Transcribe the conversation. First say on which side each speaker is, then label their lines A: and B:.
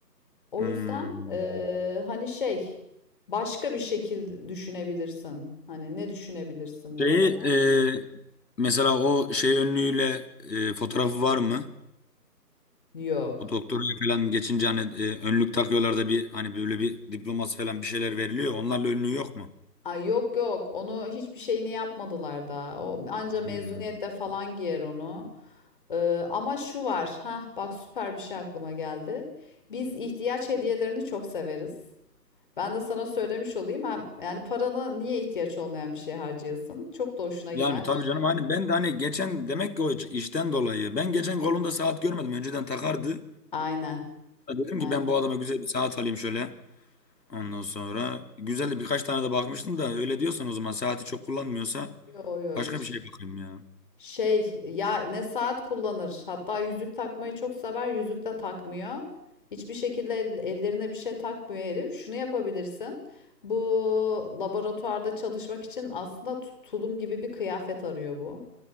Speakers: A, on the left; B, on the left.
A: O
B: Hmm.
A: yüzden eee, hani şey başka bir şekil düşünebilirsin. Hani ne düşünebilirsin mesela?
B: Şeyi, e, mesela o şey önlüğüyle e, fotoğrafı var mı?
A: Yok.
B: O doktora falan geçince hani e, önlük takıyorlar da bir hani böyle bir diploması falan bir şeyler veriliyor. Onlarla önlüğü yok mu?
A: Ay yok yok onu hiçbir şeyini yapmadılar da o anca mezuniyette
B: Hmm.
A: falan giyer onu Ee, ama şu var ha bak süper bir şey aklıma geldi biz ihtiyaç hediyelerini çok severiz ben de sana söylemiş olayım hem yani paranı niye ihtiyaç olmayan bir şeye harcayasın çok da hoşuna gider
B: Yani tabii canım hani ben de hani geçen demek ki o iş- işten dolayı ben geçen kolunda saat görmedim. Önceden takardı.
A: aynen
B: Dedim
A: aynen
B: ki ben bu adama güzel bir saat alayım şöyle. Ondan sonra güzel de birkaç tane de bakmıştım da öyle diyorsan o zaman saati çok kullanmıyorsa
A: yo yo
B: başka
A: hiç
B: bir şeye bakayım ya.
A: Şey ya ne saat kullanır. Hatta yüzük takmayı çok sever. Yüzük de takmıyor. Hiçbir şekilde el- ellerine bir şey takmıyor herif. Şunu yapabilirsin. Bu laboratuvarda çalışmak için aslında tu- tulum gibi bir kıyafet arıyor bu.